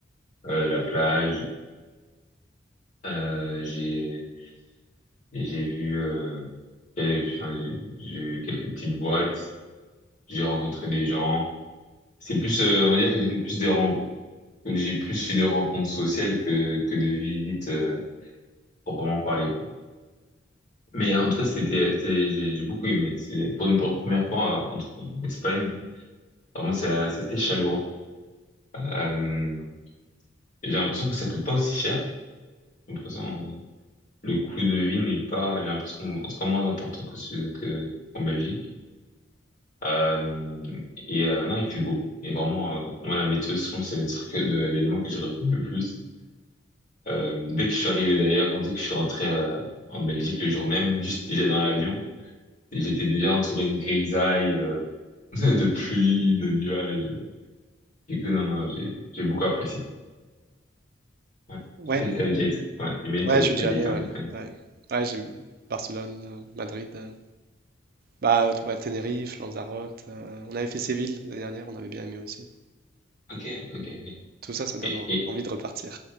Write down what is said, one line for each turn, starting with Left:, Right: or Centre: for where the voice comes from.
Left: euh, la plage, euh, j'ai, et j'ai vu, euh, j'ai enfin, j'ai- j'ai vu quelques petites boîtes, j'ai rencontré des gens. C'est plus, euh, on va dire que j'ai fait plus de rencontres, j'ai plus fait de rencontres sociales que, que de visites, euh, proprement parlées. Mais en tout cas, c'était, c'était- j'ai j'ai beaucoup aimé. C'est pour une pr- première fois euh, en, en Espagne. Vraiment, c'est c'est assez chaleureux. Euh, j'ai l'impression que ça coûte pas aussi cher. J'ai l'impression, euh, le coût de vie n'est pas, j'ai l'impression, en tout cas moins important que ce, que, en Belgique. Euh, et euh, non, il fait beau. Et vraiment, euh, moi, la météo, souvent, c'est le truc, le- l'élément que j'ai retenu le plus. Euh, dès que je suis arrivé d'ailleurs, dès que je suis rentré euh, en Belgique le jour même, juste déjà dans l'avion, j'étais déjà entouré de grisailles. euh, <laughs> de pluie, de nuages. Du coup, non, non, j'ai, j'ai beaucoup apprécié. Ouais.
Right: Ouais,
Left: Je sais pas si t'avais déjà été, ouais, j'imagine
Right: ouais,
Left: toi
Right: je
Left: aussi
Right: suis
Left: t'as
Right: déjà
Left: déjà
Right: allé,
Left: été
Right: ouais.
Left: en Espagne.
Right: Ouais, Ouais, j'aime Barcelone, euh, Madrid. euh, Bah ouais, Tenerife, Lanzarote. euh, on avait fait Séville l'année dernière, on avait bien aimé aussi.
Left: Ok, ok, ok.
Right: Tout ça, ça donne
Left: Et,
Right: en-
Left: et...
Right: envie de repartir.